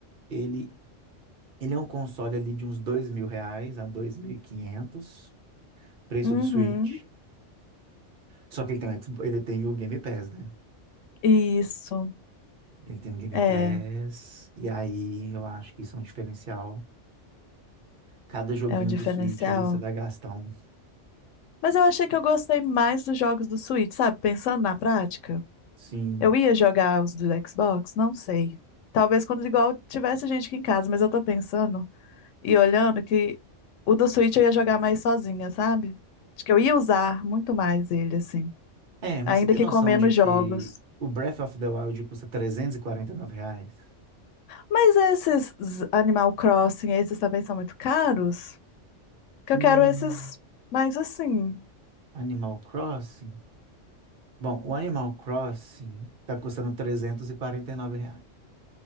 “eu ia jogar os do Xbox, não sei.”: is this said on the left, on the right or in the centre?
Left